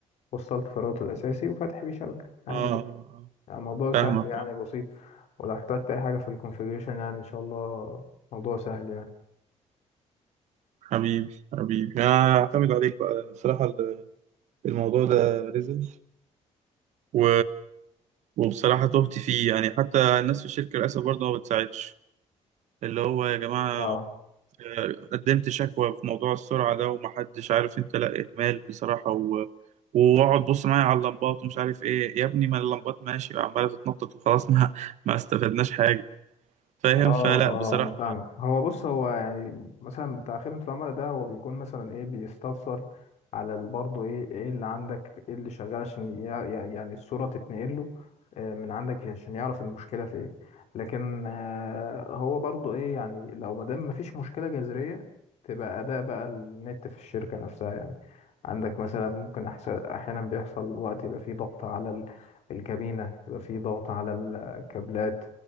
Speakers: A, on the left; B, on the right.
A: وصلت فراغته الأساسي وفاتح بيه شبكة عادي
B: اه
A: جدا
B: آه، آه. آه.
A: يعني الموضوع سهل
B: فاهمك
A: يعني
B: اه
A: بسيط ولو احتجت أي حاجة في الكونفيجريشن يعني إن شاء الله موضوع سهل يعني
B: حبيبي حبيبي انا اعتمد عليك بقى لأن بصراحة ال- الموضوع ده نزل و... وبصراحة تهت فيه يعني حتى الناس في الشركة للأسف برضه ما بتساعدش اللي هو يا جماعة
A: اه
B: قدمت شكوى في موضوع السرعة ده ومحدش عارف انت لا اهمال بصراحة و... واقعد بص معايا على اللمبات ومش عارف ايه يا ابني ما اللمبات ماشي عمالة تتنطط وخلاص <laughs> ما ما استفدناش حاجة فاهم
A: اه
B: فلا
A: اه
B: بصراحة
A: انا فاهمك هو بص هو يعني مثلا بتاع خدمة العملاء ده هو بيكون مثلا ايه بيستفسر على ال- برضه ايه ايه اللي عندك ايه اللي شغال عشان يع- يع- يعني الصورة تتنقل له آه، من عندك عشان يعرف المشكلة في ايه لكن آه، هو برضه ايه يعني لو ما دام مفيش مشكلة جذرية تبقى اداء بقى النت في الشركة نفسها يعني عندك مثلا ممكن أحسن احيانا بيحصل وقت يبقى فيه ضغط على ال- الكابينة يبقى فيه ضغط على الكابلات